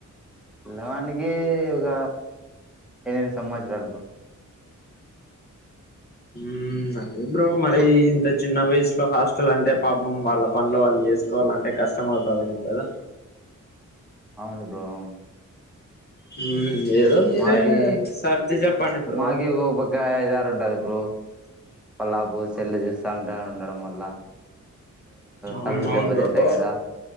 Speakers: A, in the centre; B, on the left.
A: పిలవానికి ఒక ఎనిమిది సంవత్సరాలు బ్రో
B: ఉ అదే బ్రో మరి ఇంత చిన్న వయసులో హాస్టల్ అంటే పాపం వాళ్ళ పనులు వాళ్ళు చేసుకోవాలంటే కష్టం అవుతదేమో కదా
A: అవును బ్రో అవును
B: హ్మ్ ఏదో మీరే
A: మాకి
B: సర్ది చెప్పండి బ్రో
A: మాకి ఓ పక్క ఐదారు ఉంటది బ్రో పల్లాపు సెల్ చూస్తంట ఉండడం వల్ల
B: అవును
A: కళ్ళు
B: అవును
A: దెబ్బ
B: బ్రో
A: తంటా కదా